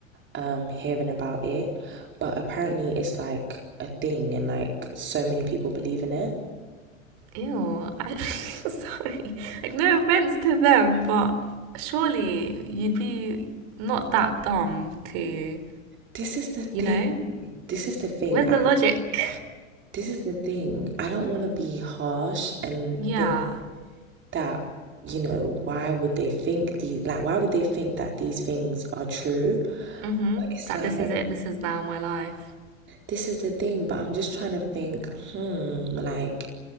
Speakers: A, on the right; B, on the right.
A: um, hearing about it. But apparently it's like a thing and like so many people believe in it.
B: Ew. I, <laughs> sorry. Like, no offense to them, but surely you'd be not that dumb to,
A: This is the
B: you
A: thing.
B: know?
A: This is the thing.
B: Where's
A: I
B: the logic?
A: don't, this is the thing. I don't want to be harsh and
B: Yeah.
A: think that, you know, why would they think the like why would they think that these things are true?
B: Mm-hmm.
A: But it's
B: That
A: like
B: this is it. This is now my life.
A: this is the thing, but I'm just trying to think, hmm, like